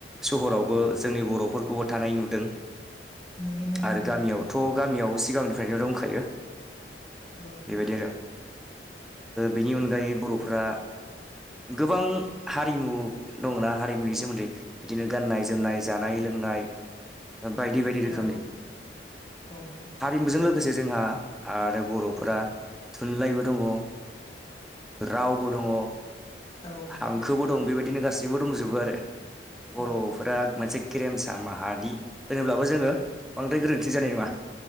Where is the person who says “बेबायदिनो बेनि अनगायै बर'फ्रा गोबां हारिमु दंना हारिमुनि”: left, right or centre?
Centre